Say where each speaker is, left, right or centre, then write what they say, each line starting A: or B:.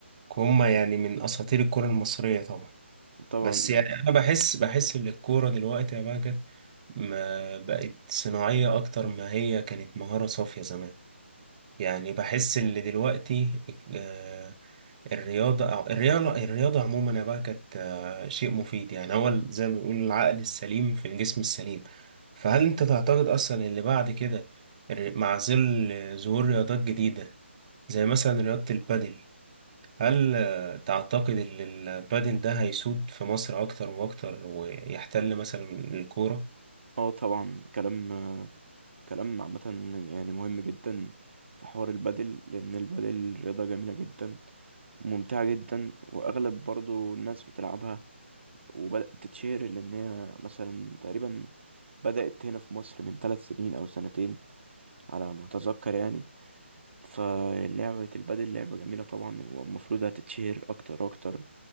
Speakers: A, on the right (about 35°); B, on the right (about 65°).
A: هم يعني من اساطير الكرة المصرية طبعا
B: وطبعا
A: بس يعني انا بحس بحس ان الكورة دلوقتي يا بهجت ما بقت صناعية اكتر ما هي كانت مهارة صافية زمان يعني بحس ان دلوقتي آه، الرياضة أو الرياضة الرياضة عموما يا بهجت آه، شيء مفيد يعني هو ال- زي ما بيقول العقل السليم في الجسم السليم فهل انت تعتقد اصلا اللي بعد كده الر- مع ظل ظهور رياضات جديدة زي مثلا رياضة البادل هل آه، تعتقد ان البادل ده هيسود في مصر اكتر واكتر ويحتل مثلا الكورة
B: اه طبعا كلام كلام عامة يعني مهم جدا في حوار البادل لأن البادل رياضة جميلة جدا وممتعة جدا وأغلب برضو الناس بتلعبها وبدأت تتشهر لأن هي مثلا تقريبا بدأت هنا في مصر من ثلاث سنين أو سنتين على ما أتذكر يعني فلعبة البادل لعبة جميلة طبعا والمفروض هتتشهر أكتر وأكتر